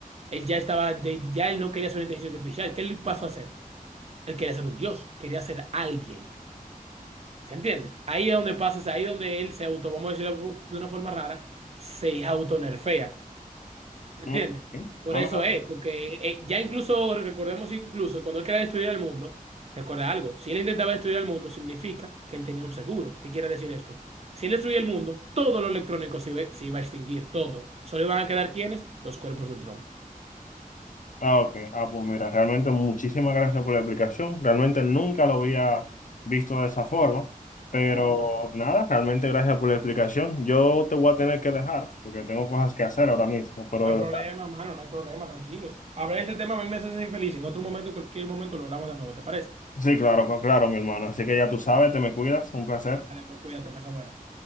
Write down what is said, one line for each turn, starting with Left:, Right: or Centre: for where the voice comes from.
Right: él ya estaba, de- ya él no quería ser una inteligencia artificial. ¿Qué él pasó a hacer? Él quería ser un dios, quería ser alguien. ¿Se entiende? Ahí es donde pasa, o sea, ahí es donde él se auto, vamos a decirlo de una forma rara, se autonerfea. ¿Entiendes?
Left: mm, ok.
Right: Por
Left: Ah,
Right: eso
Left: mira.
Right: es, porque eh, ya incluso, recordemos incluso, cuando él quería destruir el mundo, recuerda algo, si él intentaba destruir el mundo, significa que él tenía un seguro. ¿Qué quiere decir esto? Si él destruía el mundo, todo lo electrónico se iba, se iba a extinguir, todo. Solo iban a quedar ¿quiénes? Los cuerpos del Ultron.
Left: Ah, ok. Ah, pues mira, realmente muchísimas gracias por la explicación. Realmente nunca lo había visto de esa forma. Pero
Right: Claro, no,
Left: nada, realmente gracias por la explicación. Yo te voy a tener que dejar porque tengo cosas que hacer ahora mismo, pero
Right: no hay
Left: de
Right: problema,
Left: verdad.
Right: mano, no hay problema, tranquilo. Hablar de este tema a mí me hace ser infeliz En otro momento, cualquier momento, lo hablamos de nuevo, ¿te parece?
Left: Sí, claro, claro, mi hermano. Así que ya tú sabes, te me cuidas. Un placer.
Right: Dale, bro, cuídate, pasa buena.